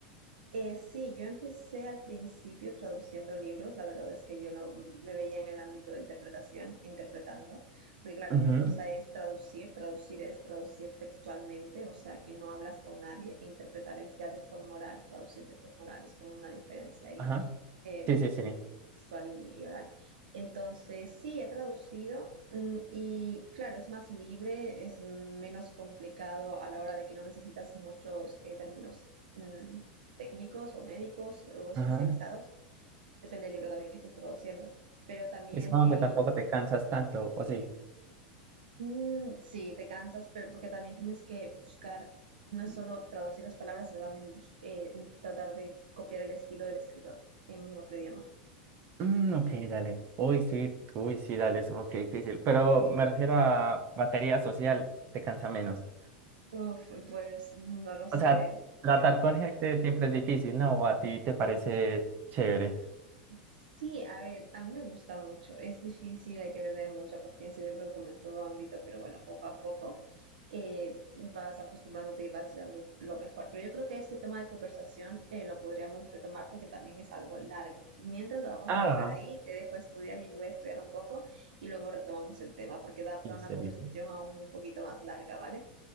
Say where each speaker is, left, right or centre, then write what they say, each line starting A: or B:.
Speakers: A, on the right (about 75°); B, on the right (about 40°).
A: Eh, sí, yo empecé al principio traduciendo libros, la verdad es que yo no me veía en el ámbito de interpretación, interpretando, porque claro,
B: Ujú,
A: una cosa es traducir, traducir es traducir textualmente, o sea, que no hablas con nadie, e interpretar es ya de forma oral, traducir de forma oral es como una diferencia ahí,
B: Ajá.
A: eh,
B: Sí, sí, sí.
A: textual y, oral. Entonces, sí, he traducido mm, y claro, es más libre, es menos complicado a la hora de que no necesitas muchos eh, términos mm, técnicos o médicos o especializados,
B: Ajá.
A: depende del libro también que estés traduciendo. Pero también,
B: Y supongo
A: eh,
B: que tampoco te cansas tanto, ¿o sí?
A: mm, sí, te cansas, pero porque también tienes que buscar, no es solo traducir las palabras, sino también bus- eh, in- tratar de copiar el estilo del escritor en otro idioma.
B: Mm, ok, dale. Uy, sí, uy, sí, dale, supongo que difícil. Pero me refiero a batería social, te cansa menos.
A: Uf, pues no lo sé.
B: O sea, tratar con gente siempre es difícil, ¿no? ¿O a ti te parece chévere?
A: Sí, a ver, a mí me gusta mucho. Es difícil, hay que tener mucha paciencia, yo creo que como en todo ámbito, pero bueno, poco a poco eh, vas acostumbrándote y vas llevando lo mejor. Pero yo creo que este tema de conversación eh, lo podríamos retomar porque también es algo largo. Mientras lo vamos
B: Ah,
A: a dejar ahí, te dejo estudiar y me voy a estudiar un poco y luego retomamos el tema porque da para
B: listo,
A: una conversación
B: listo.
A: aún un poquito más larga, ¿vale?